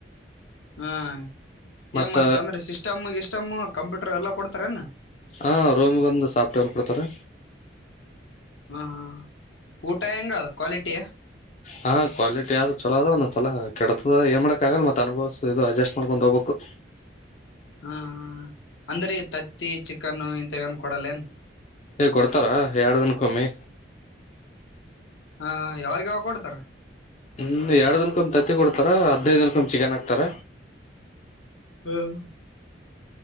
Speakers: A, on the left; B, on the left.
A: ಹಾಂ
B: ಮತ್ತ
A: ಏ ಮತ್ತುಂದರೆ ಸಿಸ್ಟಮ್ಗೆ ಇಷ್ಟಮು ಕಂಪ್ಯೂಟರು ಎಲ್ಲ ಕೊಡ್ತಾರೆನು
B: ಹಾಂ ರೋಮ್ಗೊಂದು ಸಾಫ್ಟವೆರ್ ಕೊಡ್ತಾರೆ
A: ಹಾ ಹಾ ಊಟ ಹೆಂಗ ಕ್ವಾಲಿಟಿ
B: ಹಾ ಕ್ವಾಲಿಟಿ ಆದ್ ಚಲೋ ಅದ ಒಂದ್ ಸಲ ಕೆಡತದ ಏನ್ ಮಾಡಕ್ ಆಗಲ್ಲ ಮತ್ತ ಅನುಭವ್ಸ ಇದು ಅಡ್ಜಸ್ಟ್ ಮಾಡ್ಕೊಂಡ್ ಹೋಗ್ಬೇಕು
A: ಹಾ ಅಂದ್ರಿ ತತ್ತಿ ಚಿಕನ್ ಇಂತ ಏನ್ ಕೊಡಲ್ಲ ಏನ್
B: ಏ ಕೊಡ್ತಾರಾ ಎರ ದನ್ ಕಮ್ಮಿ
A: ಹಾ ಯಾವಾಗ ಯಾವಾಗ ಕೊಡ್ತಾರಾ
B: ಹ್ಮ್ ಎರಡು ದಿನಕೊಂದ್ ತತ್ತಿ ಕೊಡ್ತಾರ ಹದನೈದ್ ದಿನಕೊಂದ್ ಚಿಕನ್ ಹಾಕ್ತಾರ
A: ಹ್ಮ್ ಹ್ಮ್